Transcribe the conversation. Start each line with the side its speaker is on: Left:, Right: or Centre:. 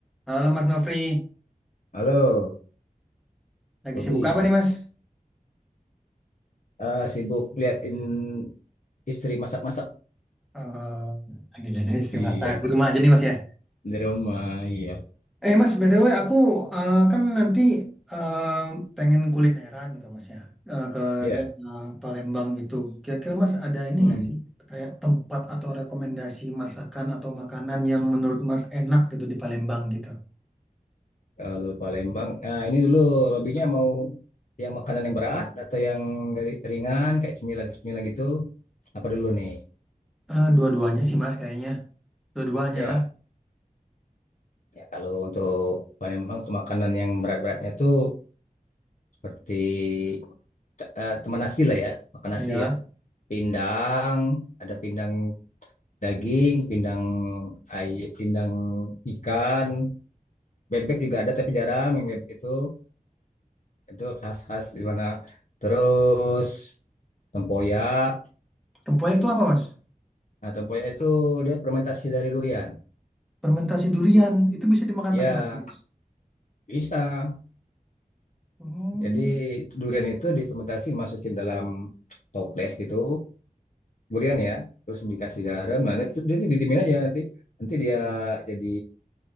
Centre: Halo Mas Nofri,
Left: Halo,
Centre: lagi
Left: Bobby.
Centre: sibuk apa nih Mas?
Left: Eh, sibuk liatin istri masak-masak.
Centre: Eh, lagi jadi istri
Left: Iya,
Centre: masak di rumah aja nih Mas ya.
Left: di rumah. Iya,
Centre: Eh Mas, BTW aku eh, kan nanti eh, pengen kulineran gitu Mas ya, eh, ke
Left: ya.
Centre: daerah Palembang gitu. Kira-kira Mas ada ini
Left: Hmm.
Centre: nggak sih, kayak tempat atau rekomendasi masakan atau makanan yang menurut Mas enak gitu di Palembang gitu?
Left: Kalau Palembang, eh, ini dulu lobbynya mau yang makanan yang berat atau yang ri- ringan kayak cemilan-cemilan gitu. Apa dulu nih?
Centre: Eh, dua-duanya sih Mas kayaknya, dua-duanya
Left: Ya,
Centre: lah.
Left: ya kalau untuk Palembang tuh makanan yang berat-beratnya tuh seperti te- eh, teman nasi lah ya, makan
Centre: Iya.
Left: nasi ya. Pindang, ada pindang daging, pindang ay, pindang ikan, bebek juga ada tapi jarang yang bebek itu. Itu khas-khas di mana. Terus tempoyak.
Centre: Tempoyak itu apa Mas?
Left: Nah, tempoyak itu dia fermentasi dari durian.
Centre: Fermentasi durian, itu bisa dimakan
Left: Ya,
Centre: pakai nasi Mas.
Left: bisa.
Centre: Oh.
Left: Jadi durian itu difermentasi masukin dalam toples gitu, durian ya. Terus dikasih garam, nah itu jadi didimin aja nanti nanti dia jadi